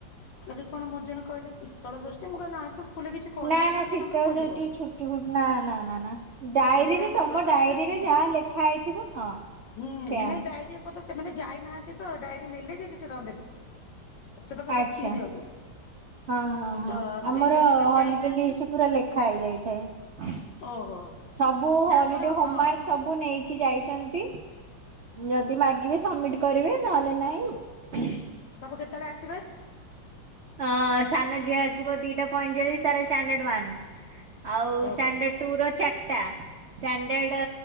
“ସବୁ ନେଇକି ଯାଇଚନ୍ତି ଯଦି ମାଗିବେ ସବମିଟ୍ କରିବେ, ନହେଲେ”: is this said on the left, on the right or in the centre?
Right